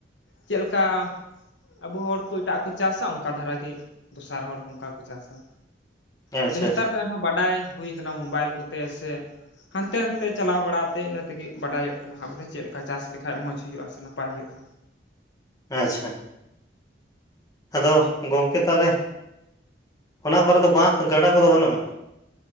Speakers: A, on the left; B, on the left.
A: ᱪᱮᱫ ᱞᱮᱠᱟ ᱟᱵᱚ ᱦᱚᱲ ᱠᱚ ᱮᱴᱟᱜ ᱠᱚ ᱠᱚ ᱪᱟᱥᱟ ᱚᱱᱠᱟ ᱫᱷᱟᱨᱟ ᱜᱮ ᱫᱚᱥᱟᱨ ᱦᱚᱲ ᱦᱚᱸ ᱚᱱᱠᱟ ᱠᱚ ᱪᱟᱥᱟ
B: ᱟᱪᱪᱷᱟ
A: ᱟᱫᱚ ᱱᱮᱛᱟᱨ
B: ᱟᱪᱪᱷᱟ
A: ᱫᱚ ᱮᱱᱦᱚᱸ ᱵᱟᱰᱟᱭ ᱦᱩᱭ ᱟᱠᱟᱱᱟ ᱢᱳᱵᱟᱭᱤᱞ ᱠᱚᱛᱮ ᱥᱮ ᱦᱟᱱᱛᱮ ᱱᱷᱟᱛᱮ ᱪᱟᱞᱟᱣ ᱵᱟᱲᱟ ᱛᱮ ᱤᱱᱟᱹ ᱛᱮᱜᱮ ᱵᱟᱰᱟᱭᱚᱜ ᱠᱟᱱᱟ ᱦᱟᱸᱜ ᱵᱚᱞᱮ ᱪᱮᱫ ᱞᱮᱠᱟ ᱪᱟᱥ ᱞᱮᱠᱷᱟᱡ ᱢᱚᱸᱡᱽ ᱦᱩᱭᱩᱜᱼᱟ ᱱᱟᱯᱟᱭ ᱦᱩᱭᱩᱜᱼᱟ
B: ᱟᱪᱪᱷᱟ ᱟᱫᱚ ᱜᱚᱢᱠᱮ ᱛᱟᱦᱚᱞᱮ ᱚᱱᱟ ᱠᱚᱨᱮ ᱫᱚ ᱵᱟᱸᱫᱷ ᱜᱟᱰᱟ ᱠᱚᱫᱚ ᱵᱟᱹᱱᱩᱜᱼᱟ